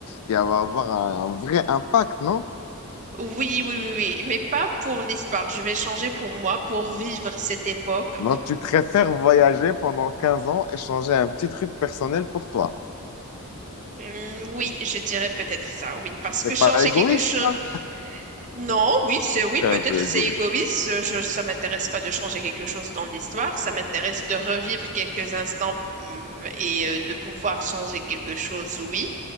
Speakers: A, on the left; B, on the right.
A: qui va avoir un, un vrai impact, non?
B: Oui, oui, oui, oui, mais pas pour l'histoire. Je vais changer pour moi, pour vivre cette époque.
A: Donc, tu préfères voyager pendant 15 ans et changer un petit truc personnel pour toi.
B: Hum, oui, je dirais peut-être ça, oui, parce
A: C'est
B: que changer
A: pas égoïste,
B: quelque chose.
A: ça?
B: Non, oui, c'est oui,
A: C'est un
B: peut-être
A: peu égoïste.
B: c'est égoïste. Je, ça m'intéresse pas de changer quelque chose dans l'histoire. Ça m'intéresse de revivre quelques instants hum, et euh, de pouvoir changer quelque chose, oui.